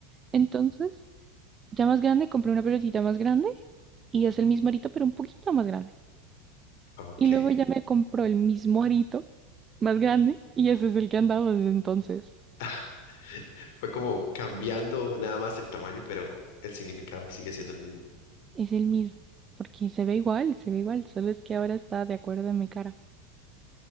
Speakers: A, on the right; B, on the left.
A: Entonces, ya más grande, compré una pelotita más grande y es el mismo arito, pero un poquito más grande.
B: ok.
A: Y luego ya me compró el mismo arito más grande y ese es el que han dado desde entonces.
B: <laughs> Fue como cambiando nada más el tamaño, pero el significado sigue siendo el mismo.
A: Es el mismo, porque se ve igual, se ve igual, solo es que ahora está de acuerdo a mi cara.